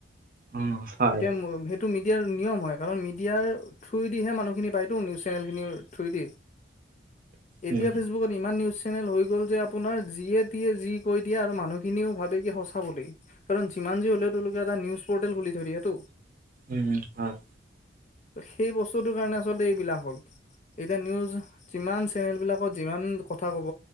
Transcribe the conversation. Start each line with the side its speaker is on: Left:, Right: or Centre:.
Right: উম হয়
Left: এতিয়া ম সেইটো মে মেডিয়াৰ নিয়ম হয় কাৰণ মিডিয়াৰ থ্ৰো দিহে মানুহখিনি পায়তো নিউজ চেনেল খিনিৰ থ্ৰোৰেদি এইটোয়ে
Right: উম
Left: ফেচবুকত ইমান নিউজ যে লৈ গ'ল যে আপোনাৰ যিয়ে টিয়ে যি কৈ দিয়ে আৰু মানুহ খিনিও ভাবে কি সঁচা বুলি কাৰণ যিমান যি হ'লেও তেওঁলোকে এটা নিউজ পৰ্টেল খুলি খুলি থয়দিয়েটো।
Right: উম হয়
Left: সেই বস্তুটোৰ কাৰণে আচলতে এইবিলাক হ'ল। এতিয়া নিউজ যিমান চেনেল বিলাকত যিমান কথা ক'ব